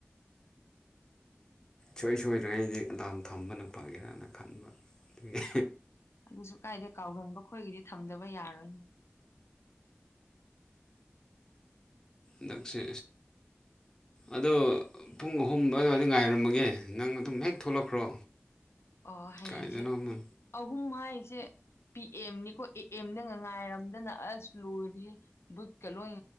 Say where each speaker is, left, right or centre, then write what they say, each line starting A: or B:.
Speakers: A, on the left; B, on the left.
A: ꯁꯨꯡꯁꯣꯏ ꯁꯣꯏꯗ꯭ꯔꯤꯉꯩꯗꯤ ꯑꯦꯂꯥꯝ ꯊꯝꯕꯅ ꯐꯒꯦꯔꯅ ꯈꯟꯕ꯫ ꯑꯗꯨꯒꯤ
B: ꯑꯗꯨꯁꯨ ꯀꯥꯏꯗꯦ ꯀꯥꯎꯒꯟꯕ ꯑꯩꯈꯣꯏꯒꯤꯗꯤ ꯊꯝꯗꯕ ꯌꯥꯔꯣꯏꯅꯦ
A: ꯅꯪꯁꯦ ꯑꯗꯣ ꯄꯨꯡ ꯑꯍꯨꯝ ꯑꯗꯨꯋꯥꯏꯗ ꯉꯥꯏꯔꯝꯃꯒꯦ ꯅꯪ ꯑꯗꯨꯝ ꯍꯦꯛ ꯊꯣꯛꯂꯛꯈ꯭ꯔꯣ
B: ꯑꯣ ꯍꯌꯦꯡꯁꯦ
A: ꯀꯥꯏꯗꯅꯣ ꯑꯃ
B: ꯑꯍꯨꯝ ꯍꯥꯏꯁꯦ꯫ ꯄꯤ ꯑꯦꯝꯅꯤꯀꯣ ꯑꯦ ꯑꯦꯝꯗ ꯉ ꯉꯥꯏꯔꯝꯗꯅ ꯑꯁ ꯂꯣꯏꯔꯤ ꯕꯨꯠꯀ ꯂꯣꯏ꯫